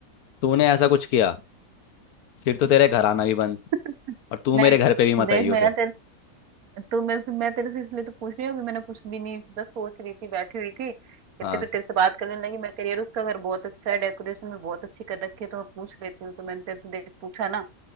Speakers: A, on the left (about 85°); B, on the right (about 75°).
A: तूने ऐसा कुछ किया फिर तो तेरे घर आना भी बंद
B: <laughs>
A: और तू
B: नहीं
A: मेरे घर पे भी मत
B: देख
A: आइयो
B: मैं
A: फिर
B: यार तो मैं मैं तेरे से इसलिए तो पूछ रही हूँ अभी मैंने कुछ भी नहीं बस सोच रही थी बैठी हुई थी इतने
A: हाँ
B: फिर तेरे से बात करने लगी मैं करियर उसका अगर बहुत अच्छा है डेकोरेशन में बहुत अच्छी कर रखी है तो मैं पूछ लेती हूँ तो मैंने तेरे से देख पूछा ना